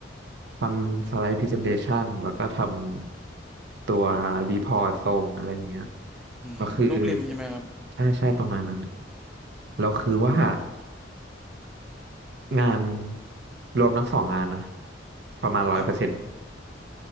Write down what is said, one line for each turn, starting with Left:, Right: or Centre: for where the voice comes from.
Right: ทำสไลด์พรีเซนเทชันแล้วก็ทำตัวรีพอร์ตส่งอะไรเงี้ย
Centre: อืมรูปเล่มใช่ไหมครับ
Right: ก็คือใช่ใช่ประมาณนั้นแล้วคือว่างานรวมทั้งสองงานนะประมาณร้อยเปอร์เซ็นต์
Centre: ครับ